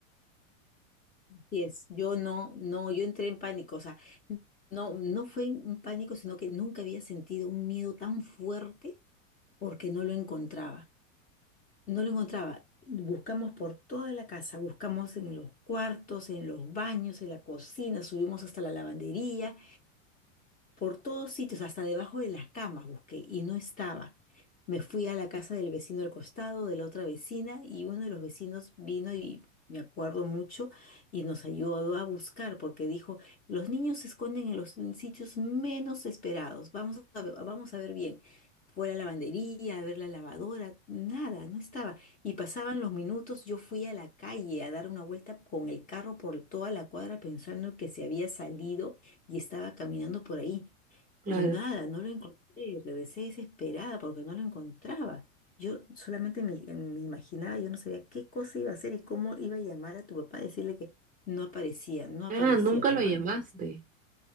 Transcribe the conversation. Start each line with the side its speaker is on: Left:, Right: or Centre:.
Left: Así es, yo no, no, yo entré en pánico, o sea, no, no fue un pánico, sino que nunca había sentido un miedo tan fuerte porque no lo encontraba. No lo encontraba. Buscamos por toda la casa, buscamos en los cuartos, en los baños, en la cocina, subimos hasta la lavandería por todos sitios, hasta debajo de las camas busqué y no estaba. Me fui a la casa del vecino al costado, de la otra vecina, y uno de los vecinos vino y me acuerdo mucho y nos ayudó a buscar porque dijo, los niños se esconden en los en sitios menos esperados, vamos a ver, vamos a ver bien. Fue a la lavandería, a ver la lavadora, nada, no estaba. Y pasaban los minutos, yo fui a la calle a dar una vuelta con el carro por toda la cuadra pensando que se había salido y estaba caminando por ahí.
Right: Claro.
Left: Y nada, no lo encontré, regresé desesperada porque no lo encontraba. Yo solamente me, me imaginaba, yo no sabía qué cosa iba a hacer y cómo iba a llamar a tu papá, a decirle que no aparecía, no aparecía
Right: Ah, nunca
Left: tu
Right: lo
Left: hermano.
Right: llamaste.